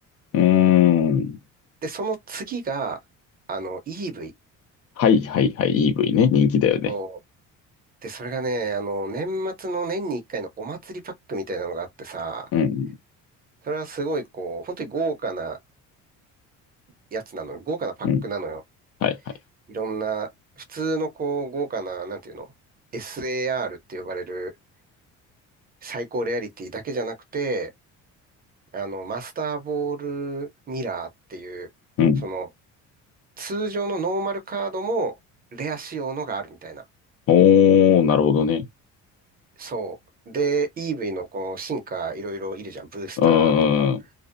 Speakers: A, on the left; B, on the right.
A: うーん。
B: で、その次が、あの、イ EV
A: はいはいはい。EV ね。人気だよね。
B: を、そうで、それがね、あの、年末の年に一回のお祭りパックみたいなのがあってさ、
A: うん。
B: それはすごいこう、本当に豪華なやつなのよ。豪華なパックなのよ。
A: うん。はいはい。
B: いろんな、普通のこう、豪華な、なんていうの ?SAR って呼ばれる最高レアリティだけじゃなくて、あの、マスターボールミラーっていう、
A: うん。
B: その、通常のノーマルカードもレア仕様のがあるみたいな。
A: おー、なるほどね。
B: そう。で、EV のこの進化いろいろいるじゃん。ブースターとか、
A: うーん。